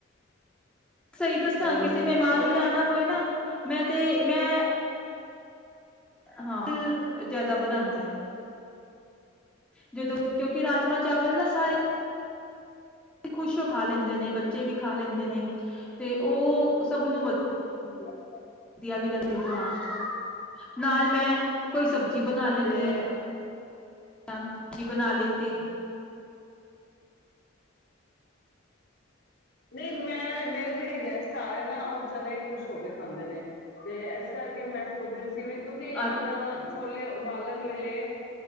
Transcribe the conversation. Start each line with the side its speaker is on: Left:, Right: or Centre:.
Centre: ਸਹੀ ਦੱਸਾਂ
Left: ਤੇ
Centre: ਕਿਸੇ ਮਹਿਮਾਨ
Left: ਛੋਲੇ
Centre: ਦੇ ਨਿਆਣਾ ਹੋਏ ਨਾ ਮੈਂ ਤੇ ਮੈਂ ਹਾਂ ਫਿਰ ਜਿਆਦਾ ਬਣਾਉਨੀ ਆਂ ਅੱਛ <inaudible> ਜਦੋਂ ਕਿਉਂਕਿ ਰਾਜਮਾਂ ਚਾਵਲ ਨਾ ਸਾਰੇ ਖੁਸ਼ ਹੋ ਖਾ ਲੈਂਦੇ ਨੇ ਬੱਚੇ ਵੀ ਖਾ ਲੈਂਦੇ ਨੇ ਤੇ ਉਹ ਸਭ ਨੂੰ ਵ
Left: <unintelligible>
Centre: ਵਧੀਆ ਵੀ ਲੱਗੇ ਹਾਂ ਨਾਲ ਮੈਂ ਕੋਈ ਸਬਜ਼ੀ ਬਣਾ ਲੈਂਦੀ
Left: ਤੇ
Centre: ਹਾਂ ਕਿ ਬਣਾ ਲਿੱਤੀ
Left: ਨਹੀਂ ਮੈਂ ਮੇਰੇ ਜਿਹੜੇ ਗੈਸਟ ਆ ਰਹੇ ਨਾ ਉਹ ਚਨੇ ਖੁਸ਼ ਹੋ ਗਏ ਖਾਂਦੇ ਨੇ ਤੇ ਇਸ ਕਰਕੇ ਮੈਂ ਸੋਚ ਰਹੀ ਸੀ ਵੀ ਤੁਸੀਂ
Centre: ਅ
Left: ਮਤਲਬ ਛੋਲੇ ਬਾਲਣ ਵੇਲੇ